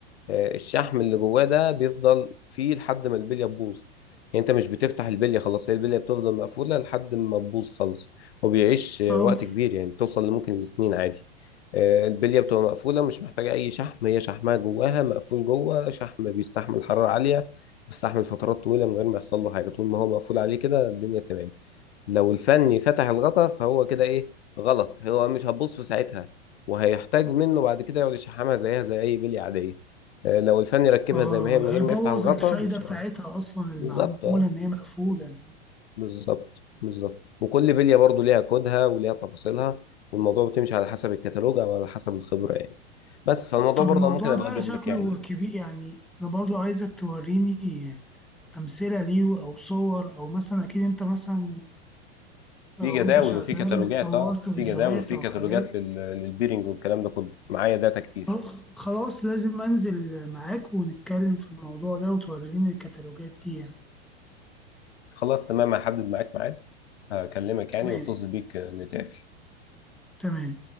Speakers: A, on the left; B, in the centre.
A: آه، الشحم اللي جواه ده بيفضل فيه لحد ما البليه تبوظ يعني انت مش بتفتح البليه خلاص هي البليه بتفضل مقفوله لحد ما تبوظ خالص وبيعيش آه،
B: آه،
A: وقت كبير يعني بتوصل لممكن لسنين عادي آه، البليه بتبقى مقفوله مش محتاجه اي شحم هي شحمها جواها مقفول جوه شحم بيستحمل حراره عاليه بيستحمل فترات طويله من غير ما يحصل له حاجه طول ما هو مقفول عليه كده الدنيا تمام لو الفني فتح الغطا فهو كده ايه غلط هو مش هتبص ساعتها وهيحتاج منه بعد كده يقعد يشحمها زيها زي اي بلي عاديه آه، لو الفني ركبها
B: آه،
A: زي ما هي من
B: هيبوظ
A: غير ما يفتح الغطا
B: الفايدة
A: مش
B: بتاعتها
A: ه-
B: أصلا المعمولة
A: بالظبط اه
B: إن هي مقفولة
A: بالظبط بالظبط وكل بليه برضو ليها كودها وليها تفاصيلها والموضوع بتمشي على حسب الكتالوج او على حسب الخبره يعني بس فالموضوع
B: ط- طب
A: برضه
B: الموضوع
A: ممكن ابقى
B: ده
A: اجيب
B: شكله
A: لك يعني
B: كبير يعني أنا برضو عايزك توريني امثله ليه او صور او مثلا اكيد انت مثلا آه،
A: في جداول
B: وانت شغال
A: وفي كتالوجات
B: صورت
A: اه في
B: فيديوهات
A: جداول وفي
B: او
A: كتالوجات
B: حاجات
A: لل- للبيرنج والكلام ده كله معايا داتا كتير
B: آه، خلاص لازم انزل معاك ونتكلم في الموضوع ده وتوريني الكتالوجات دي يعني
A: خلاص تمام هحدد معاك ميعاد هكلمك
B: تمام
A: يعني واتصل بيك آه، نتقابل
B: تمام